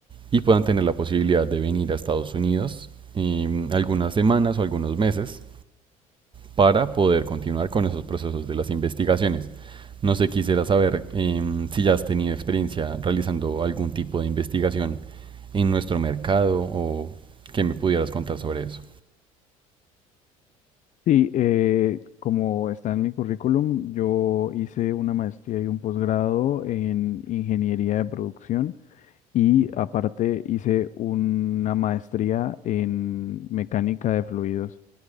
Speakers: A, on the right (about 25°); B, on the left (about 45°).
A: y puedan tener la posibilidad de venir a Estados Unidos em, algunas semanas o algunos meses para poder continuar con esos procesos de las investigaciones. No sé, quisiera saber em, si ya has tenido experiencia realizando algún tipo de investigación en nuestro mercado o que me pudieras contar sobre eso.
B: Sí, eh, como está en mi currículum, yo hice una maestría y un posgrado en ingeniería de producción y aparte hice una maestría en mecánica de fluidos.